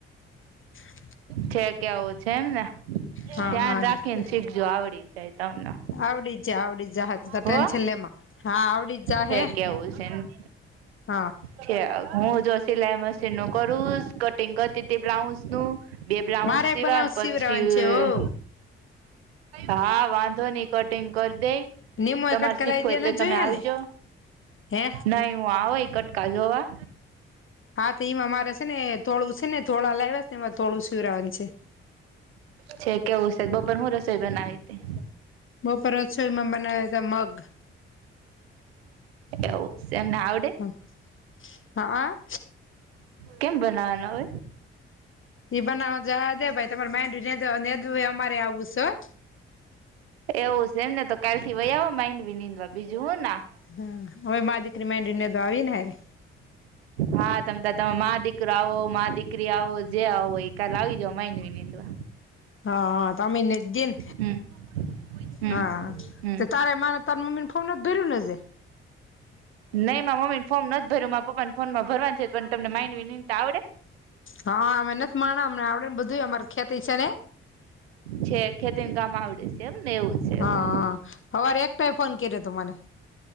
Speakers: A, on the left; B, on the right.
A: <unintelligible>
B: છે કેવું છે એમને,
A: હા
B: ધ્યાન
A: હા હા
B: રાખીને શીખજો આવડી જાય તમને
A: આવડી જા આવડી જાહ ત અટેન્શન
B: હો
A: લેમાં, હા આડીજ જાહે,
B: છે કેવું
A: હા
B: છે હું તો સિલાઈ મશીનનું કરુંસ કટિંગ કરતી હતી બ્લાઉસનું બે બ્લાઉસ
A: મારે એક
B: સીવા
A: બ્લાઉઝ
B: પછી
A: સીવરાવાનું છે હો
B: હા, વાંધોની કટિંગ કર દેય
A: નિમો એ
B: તમારે
A: કટકા
B: શીખવું
A: લાવી દે
B: હોય
A: નથી
B: તો
A: જોયા
B: તમે આવીજો,
A: ને હે
B: નઈ હું આવુ એકટ કા જોવા
A: હા, ત ઈમાં મારે છે ને તોળું છે ને તોળા લાયવા છે ને એમાં તોળું સુરાન છે
B: છે કેવું શે બપર હું રસોઈ બનાવી હતી?
A: બપર રસોઈમાં બનાવ્યા હતા મગ
B: એવું શે એમને આવડે
A: હતા મગ હા
B: કેમ બનાવાના હોય?
A: એ બનાવા જાવા દે ભાઈ તમારે મેઇન્ડ દડુ નેદુય અમારે આવું શ્
B: એવું છે એમને તો કાલથી વય આવો માઈન્ડ વિનીંદવા બીજું હું ના
A: હા, હવે મા દકરી માડીને તો આવી નેરે
B: હા, તમત તમ દીકરો આવો મા દીકરી આવો જે આવો એ કાલ આવી જાવ માઈની નીંદવા
A: હા, તમે નીંદીન,
B: હમ હમ
A: હા
B: હમ
A: તારે મારે તામે મમે ફોન ભરયું નજેે
B: નહીં મા મમ્મી ન ફોર્મ નથી ભયરુ મા પપ્પાને ફોન ભરવાની છે પણ તમને માઇન્ડ વિનીનતા આવડે
A: હા, અમે નથી માણા અમને આવડે ને બધુંય અમાર ખેતી છે ને
B: છે, ખેતીન કામ આવડે છે એમ ને એવું છે
A: હા,
B: એમને
A: હવારે એક ભાઇ એ ફોન કર્યો તો મને